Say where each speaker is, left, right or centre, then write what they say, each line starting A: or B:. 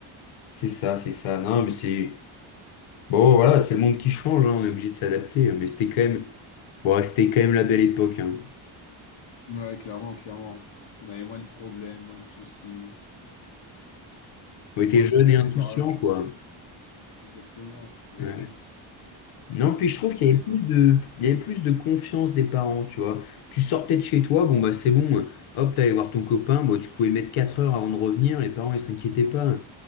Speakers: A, on the left (about 90°); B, on the left (about 70°).
A: C'est ça, c'est ça. Non, mais c'est... Bon, voilà, c'est le monde qui change, hein. On est obligé de s'adapter. hein. Mais c'était quand même... Bon, c'était quand même la belle époque, hein.
B: Ouais, clairement, clairement. On avait moins de problèmes, moins de soucis,
A: On était
B: moins
A: jeunes
B: stressé
A: et insouciants,
B: par la vie.
A: quoi.
B: Exactement, mais
A: Ouais.
B: oui,
A: Non, puis je trouve
B: la bonne
A: qu'il y avait
B: époque.
A: plus de, il y avait plus de confiance des parents, tu vois. Tu sortais de chez toi, bon bah c'est bon, hop, t'allais voir ton copain, bon, tu pouvais mettre 4 heures avant de revenir, les parents ils s'inquiétaient pas.